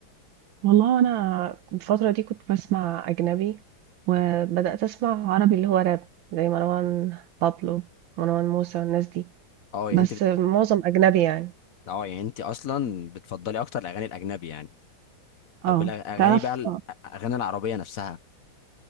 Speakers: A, on the right (about 75°); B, on the left (about 55°).
A: والله أنا الفترة دي كنت بسمع أجنبي وبدأت أسمع عربي اللي هو راب زي مروان بابلو مروان موسى والناس دي
B: اه يعني
A: بس
B: انت بت...
A: معظم أجنبي يعني
B: اه يعني انت اصلا بتفضلي اكتر الاغاني الاجنبي يعني طب
A: اه
B: الاغاني
A: تعرف
B: بقى الاغاني العربيه نفسها